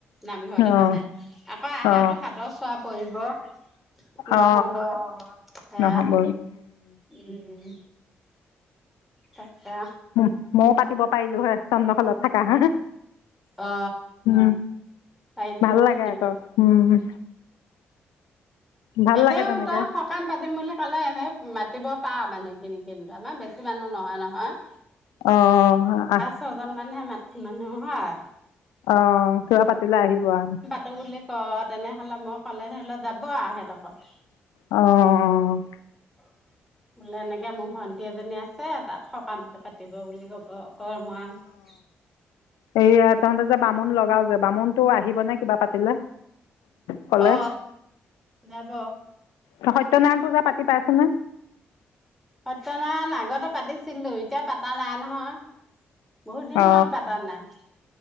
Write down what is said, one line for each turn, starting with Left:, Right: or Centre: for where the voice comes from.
Centre: নামঘৰতে
Left: অ
Centre: পাতে আকৌ আহাৰটো
Left: অ
Centre: সাতৰ চুৱা পৰিব। নহব
Left: অ
Centre: হেয়া,
Left: নহ'ব
Centre: উম উম। তা পা
Left: উম, মইয়ো পাতিব পাৰিলো হয় চন্নশলত থাকা।
Centre: অ,
Left: উম
Centre: পাৰিলে
Left: ভাল
Centre: হয়
Left: লাগে
Centre: পাতিব।
Left: আকৌ উম। ভাল
Centre: এনেও
Left: লাগে তেনেকে
Centre: তাৰ স কাম পাতিম বুলি ক'লে এনেই মাতিব পাও মানুহখিনি কিন্তু আমাৰ বেছি মানুহ নহয় নহয়।
Left: অ অ, আহ
Centre: ছয়জন মানহে মাত মানুহ হয়।
Left: অ, কিবা পাতিলে আহিব আন
Centre: তো বুলি কওঁ, তেনেহ'লে মই ক'লে হে সি যাব আও সিহঁতৰ ঘৰত।
Left: অ, অ, অ।
Centre: <unintelligible> বোলে এনেকৈ মোৰ ভণ্টি এজনী আছে, তাত সকামতে পাতিব বুলি ক'ব কম আও। <unintelligible>
Left: হেৰি এইয়া তহঁতে যে বামুণ লগাও যে বামুণটো আহিবনে কিবা পাতিলে? ক'লে
Centre: অ, যাব।
Left: ত‌ই সত্যনাৰায়ণ পূজা পাতি পাইছে নে?
Centre: সত্যনাৰায়ণ আগতে পাতিছিলো, এতিয়া পতা নাই নহয়। বহুত দিন
Left: অ
Centre: হ'ল পাতা নাই।